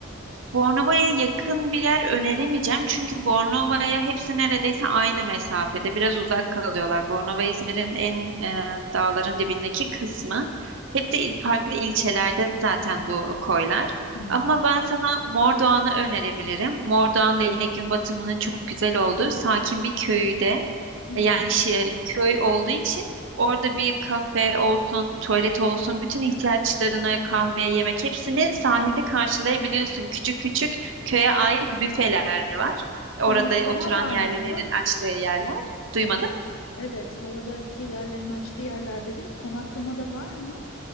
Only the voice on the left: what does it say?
Hmm.
Hmm.
Konaklama
var
mı?
Evet, oradaki yerlerini açtığı yerler dedin. Konaklama da var mı?